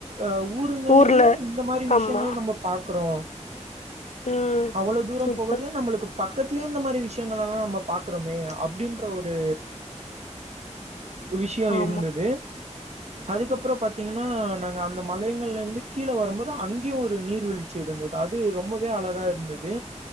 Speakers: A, on the right (about 65°); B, on the left (about 70°).
A: ஆ ஊருங்கள்லயே
B: ஊர்ல
A: இந்த மாரி விஷயங்கள்
B: ஆமா
A: நம்ப பாக்குறோ
B: ம்
A: அவ்வளோ தூர
B: சூப்பர்
A: போகறது நம்பளுக்கு பக்கத்துலயே இந்த மாரி விஷயங்கள் எல்லா நம்ப பாக்குறோமே அப்டின்ற ஒரு விஷ்யோ
B: ஆமா
A: இருந்தது அதுக்கப்புற பாத்தீங்கன்னா நாங்க அந்த மலைங்கள்ல இருந்து கீழே வரும்போது அங்கேயு ஒரு நீர்வீழ்ச் சி இருந்தது அது ரொம்பவே அழகா இருந்தது